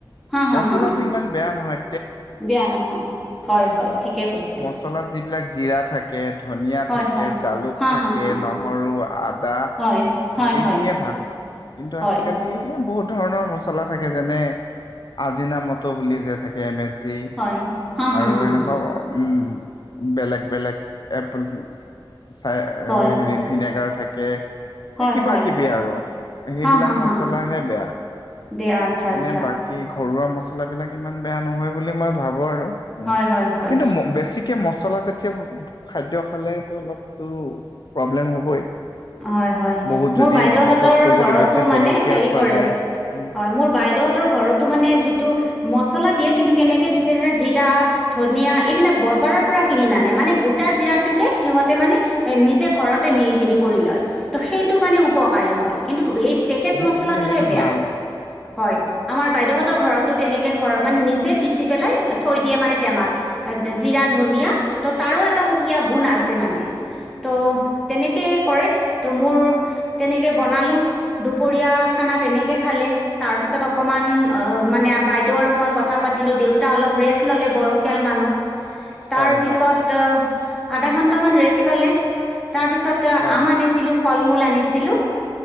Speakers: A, in the centre; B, on the left.
A: হা হা
B: মচলাটো
A: হা হা
B: ইমান বেয়া নহয়।
A: বেয়া নহয়, হয় হয় ঠিকে। কৈছে
B: মচলাত যিবিলাক জিৰা থাক থাকে, ধনিয়া
A: হয়
B: থাকে,
A: হয়
B: জালুক
A: হা
B: থাকে,
A: হা হা
B: নহৰু, আদা।
A: হয় হয়
B: গোটেইখিনিয়ে
A: হয়
B: ভাল, কিন্তু
A: হয়
B: আজিকালি এই বহুত ধৰণৰ মচলা থাকে, যেনে আজিনা মটৰ বুলি যে থাকে। এ, মে, জি
A: হয় হা হা
B: আৰু
A: হা
B: এনেকুৱা
A: হা
B: উম, বেলেগ বেলেগ <inaudible> চাই
A: হয়
B: হেৰি ভিনেগাৰ থাকে।
A: হয়
B: এই কিবা-কিবি
A: হয়
B: আৰু সেইবিলাক
A: হা হা
B: মচলাহে
A: হা
B: বেয়া,
A: বেয়া আচ্ছা আচ্ছা
B: এনে বাকী কি ঘৰুৱা মছলাবিলাক ইমান বেয়া নহয় বুলি মই ভাবো আৰু উম,
A: হয় হয় হয়
B: <inaudible> বেছিকে মচলা জাতীয় খাদ্য খালেতো, অলপতো প্ৰব্লেম হ'বই।
A: হয়, হয়,
B: বহুত
A: মোৰ
B: যদি
A: বাইদেউহঁতৰ
B: জোখতকৈ
A: ঘৰতো
B: যদি বেছি
A: মানে,
B: জলকীয়া
A: হেৰি
B: খোৱা
A: কৰে।
B: যায় উম
A: হয়, মোৰ বাইদেউহঁতৰ ঘৰ মানে যিটো মছলা দিয়ে কিন্তু কেনেকে দিছে জানা জিৰা, ধনীয়া এইবিলাক বজাৰৰ পৰা কিনি নানে মানে গোটা জিৰাটোকে সিহঁতে মানে এ নিজে ঘৰতে হেৰি কৰি লয়। ত' সেইটো মানে উপকাৰী হয়। কিন্তু এই পেকেত
B: সেই
A: মছলাতোহে
B: এনে সেইটো
A: বেয়া,
B: ভাল।
A: হয়। আমাৰ বাইদেউহত তহঁতৰ ঘৰতো তেনেকে ঘৰ- মানে নিজে পিচি পেলাই থৈ দিয়ে মানে টেমাত। জিৰা, ধনিয়া ত' তাৰো এটা সুকীয়া গুণ আছে মানে। ত' তেনেকে কৰে, ত' মোৰ তেনেকে বনালো। দুপৰীয়া খানা তেনেকে খালে। তাৰপিছত অকণমান মানে বাইদেউ আৰু মই কথা পাতিলোঁ। দেউতা অলপ ৰেষ্ট ল'লে, বয়সীয়াল মানুহ। তাৰ
B: হয়,
A: পিছত
B: হয়,
A: আধা ঘন্টামান ৰেষ্ট ল'লে, তাৰপিছত
B: হয়,
A: আম আনিছিলোঁ, ফল- মূল আনিছিলোঁ।